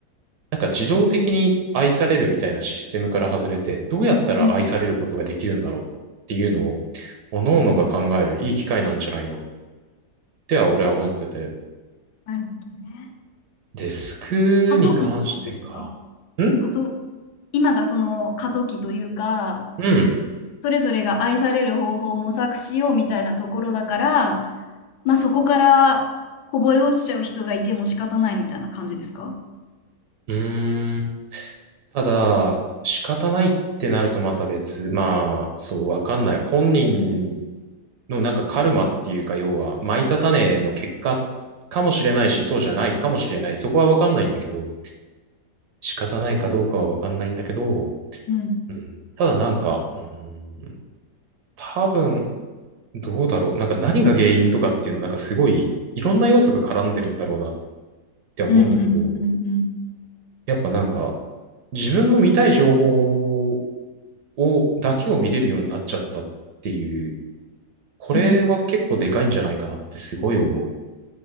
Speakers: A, on the right; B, on the left.
A: なんか自動的に愛されるみたいなシステムから外れて、どうやったら愛されることができるんだろうっていうのを、
B: うん。
A: 各々が考えるいい機会なんじゃないのっては俺は思ってて。
B: なるほどね。
A: デスクに関してか。
B: 過渡期ってことですか
A: ん
B: 過渡、今がその過渡期というか、
A: うん。
B: それぞれが愛される方法を模索しようみたいなところだから、まあ、そこからこぼれ落ちちゃう人がいても仕方ないみたいな感じですか
A: うーん。ただ、仕方ないってなるとまた別。まあ、そう、わかんない。本人のなんかカルマっていうか、要は、蒔いた種の結果かもしれないし、そうじゃないかもしれない。そこはわかんないんだけど、仕方ないかどうかはわかんないんだけど、
B: うん。
A: うん、ただなんか、うん、多分、どうだろう。なんか何が原因とかっていうの、なんかすごい、いろんな要素が絡んでるんだろうなって思うんだけど、
B: うんうんうんう
A: やっぱなんか、自分の見たい情報を、だけを見れるようになっちゃったっていう、これは結構でかいんじゃないかなってすごい思う。
B: ん